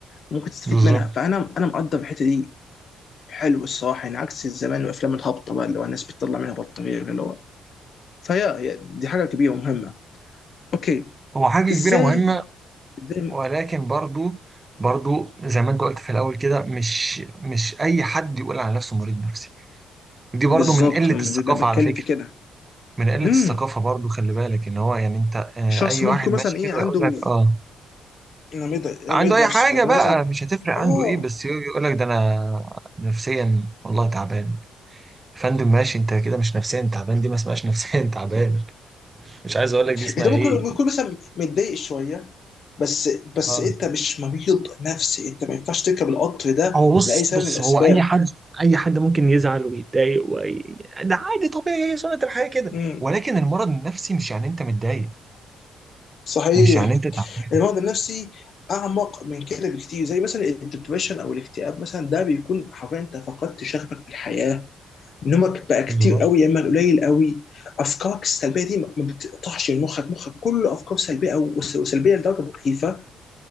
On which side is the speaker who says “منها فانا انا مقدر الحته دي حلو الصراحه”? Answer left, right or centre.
Left